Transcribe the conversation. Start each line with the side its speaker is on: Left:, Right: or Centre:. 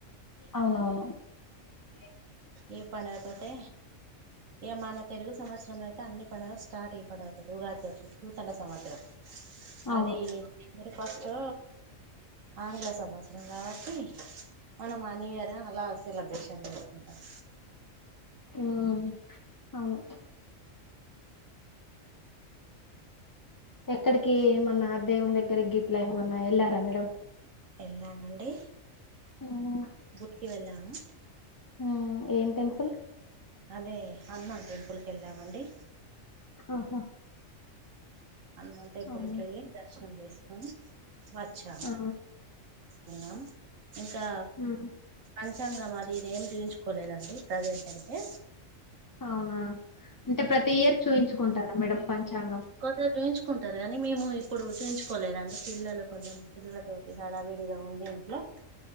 Left: అవునవును ఇదే
Right: ఈ పనైపోతే ఏ మన తెలుగు సంవత్స తం అయితే అన్ని పండుగలు స్టార్ట్ ఇప్పుడవుతాది ఉగాది నూతన సంవత్సరం
Left: అవును
Right: అది మరి ఫస్టు ఆంగ్ల సంవత్సరం కాబ తుని మనమా న్యూ ఇయరా లాస్ <inaudible> కుంటామ్
Left: మ్మ్ అవును ఎక్కడికి ఏమన్నా దేవుని దగ్గరికి గిట్లా ఏమన్నా ఎళ్ళారా మేడం
Right: ఎళ్ళానండి
Left: ఉమ్
Right: గుడికి వెళ్ళాం అ
Left: హ ఏం టెంపుల్
Right: అదే హనుమాన్ టెంపుల్ క వెళ్ళామండి
Left: ఆహా
Right: హనుమాన్ టెంపుల్
Left: అవును
Right: పెళ్లి దర్శనం చేస్త కానీ వచ్చా
Left: ఆ
Right: ఉ ఇంకా
Left: ఉమ్
Right: పంచాంగ అది ఇదేమి చూయించుకోలే కోలేదండి అదేంటయితే
Left: అవునా అంటే ప్రతి ఇయర్ చూయించుకుంటారా మేడం పంచాంగం
Right: కొందరు చూపించుకుంటారు కానీ మేము ఇప్పుడు చూయించుకోలేదు పిల్లలు కొంచెం పిల్లలతోటి హడావిడిగా ఉండడి ఇంట్లో